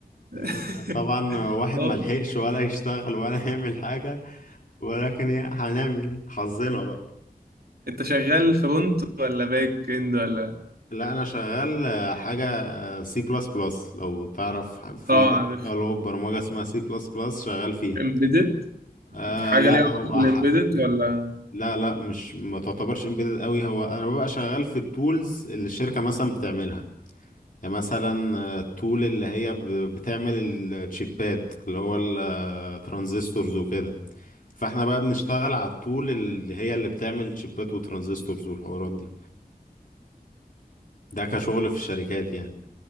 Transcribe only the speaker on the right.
<laughs>
هو
أنت شغال فرونت ولا باك إند ولا
آه
عارف
إمبيدد
حاجة
ليها
علاقة
بالإمبيدد ولا